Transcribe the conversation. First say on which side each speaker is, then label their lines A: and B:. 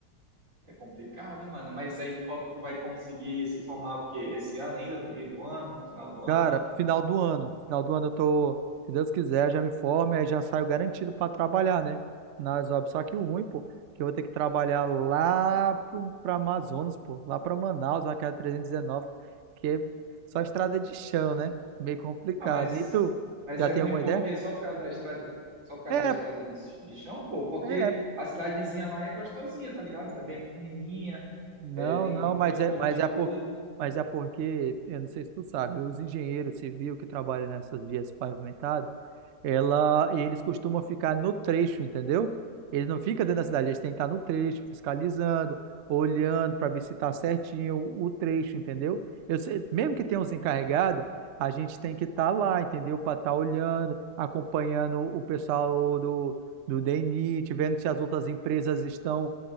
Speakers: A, on the right; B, on the right.
A: É complicado, mano. Mas aí tu fal- tu vai conseguir se formar o quê? Esse ano ainda, no meio do ano, no final do ano?
B: Cara, final do ano. Final do ano eu tô, se Deus quiser, já me formo e aí já saio garantido pra trabalhar, né? Nas obras. Só que o ruim, pô, que eu vou ter que trabalhar lá pro, pra Amazonas, pô, lá pra Manaus, naquela 319, que é só estrada de chão, né? Meio complicado.
A: Ah, mas,
B: E tu,
A: mas
B: já
A: é
B: tem
A: ruim
B: alguma
A: porque
B: ideia?
A: só por causa da estrada, só por causa
B: É,
A: da estrada de, de chão, pô. Porque
B: é.
A: a cidadezinha lá é gostosinha, tá ligado? É bem pequenininha,
B: Não,
A: é, tem,
B: não, mas
A: tem um
B: é,
A: pouco
B: mas
A: de
B: é
A: tudo.
B: por, mas é porque, eu não sei se tu sabe, os engenheiros civis que trabalham nessas vias pavimentadas, ela, eles costumam ficar no trecho, entendeu? Eles não ficam dentro da cidade, eles têm que estar no trecho, fiscalizando, olhando para ver se está certinho o trecho, entendeu? Eu sei- mesmo que tenha os encarregados, a gente tem que estar lá, entendeu? Para estar olhando, acompanhando o pessoal do, do DENIT, vendo se as outras empresas estão